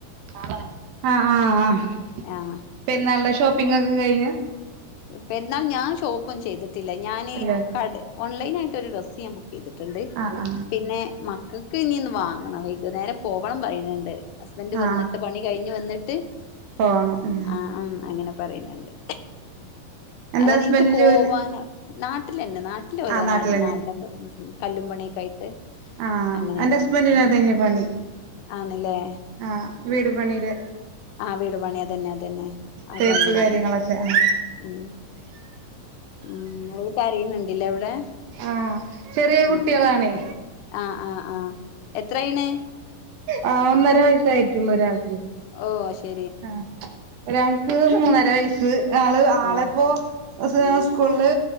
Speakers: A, on the right (about 70°); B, on the left (about 85°).
A: നാളെ ആഹ് ആഹ്
B: ആഹ്
A: പെരുന്നാളിന്റെ ഷോപ്പിംങ്ങ് ഒക്കെ കഴിഞ്ഞോ
B: പെരുന്നാളിന് ഞാൻ ഷോപ്പും ചെയ്തിട്ടില്ല ഞാന്
A: ഇല്ലല്ലേ
B: കടെ ഓൺലൈനായിട്ട് ഒരു ഡ്രസ്സ് ഞാൻ ബു ക്ക് ചെയ്തിട്ട്ണ്ട്
A: ആ ആ
B: പിന്നെ മക്കക്ക് ഇനി ഒന്ന് വാങ്ങണം വൈകുന്നേരം പോകണം പറയ്ണ് ണ്ട് ഹസ്ബൻഡ്
A: ആ
B: വന്നിട്ട് പണി കഴിഞ്ഞു വന്നിട്ട്
A: പോണം ഉം
B: ആ അങ്ങനെ പറയ്ണ് ണ്ട്
A: എന്റെ
B: അല്ലാതെ
A: ഹസ്ബൻഡ്
B: ഇനിക്ക് പോവാനോ
A: ജോലി
B: നാട്ടിലന്നെ നാട്ടില് ഓരോ
A: ആ നാട്ടിൽ
B: നാ നാടൻ ഉം കല്ലും പണിയൊക്കെ ആയിട്ട്
A: ആഹ്
B: അങ്ങനെ
A: എന്റെ ഹസ്ബന്റിനും
B: ആണ്
A: അതന്നെ പണി
B: ആണ്ല്ലേ
A: ആഹ് വീട് പണിടെ
B: ആ വീട് പണി അതന്നെ അതന്നെ ആ
A: തേപ്പ്
B: പണിന്നെ
A: കാര്യങ്ങളൊക്കെ ആ
B: ഉം ഉം ഓള് കരയുന്നുണ്ടിലെ അവിടെ
A: ആഹ് ചെറിയ
B: ഉം
A: കുട്ടികളാണേ
B: ആഹ് ആഹ് ആഹ് എത്ര ആയിണ്
A: ആ ഒന്നര വയസ്സായിട്ടുള്ളു ഒരാൾക്ക്
B: ഓ ശെ
A: ആ ഒരാൾക്ക് മൂന്നര വയസ്സ് ആള് ആളെപ്പോ
B: ആഹ്
A: <unintelligible> സ്കൂളില്